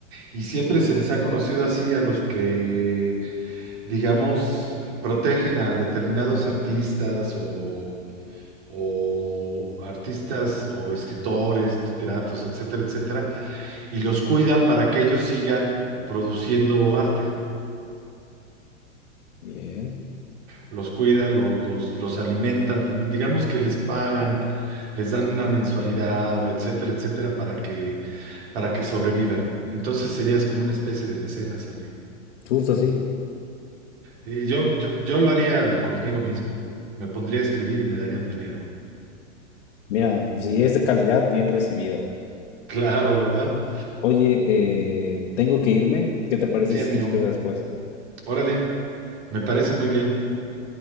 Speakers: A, on the right; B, on the left.
A: Y siempre se les ha conocido así a los que, digamos, protegen a determinados artistas o, o artistas o escritores, literatos, etcétera, etcétera y los cuidan para que ellos sigan produciendo arte.
B: Bien.
A: Los cuidan, los, los, los alimentan también. Digamos que les pagan, les dan una mensualidad o etcétera, etcétera, para que, para que sobrevivan. Entonces serías como una especie de mecenas, amigo.
B: Justo así.
A: Y yo, yo, yo lo haría conmigo mismo. Me pondría a escribir y me daría un dinero.
B: Mira, si es de calidad, bien recibido.
A: Claro, ¿verdad?
B: Oye, eh, tengo que irme. ¿Qué te parece
A: Sí,
B: si
A: amigo.
B: te escribo después?
A: Órale, me parece muy bien.